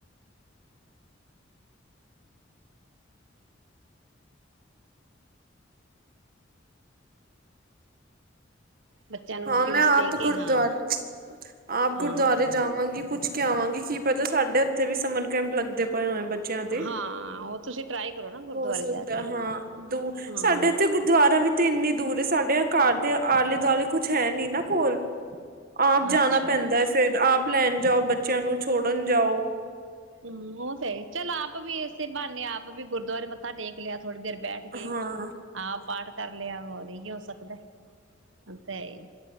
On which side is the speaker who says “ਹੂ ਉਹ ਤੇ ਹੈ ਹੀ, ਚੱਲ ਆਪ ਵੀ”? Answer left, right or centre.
Right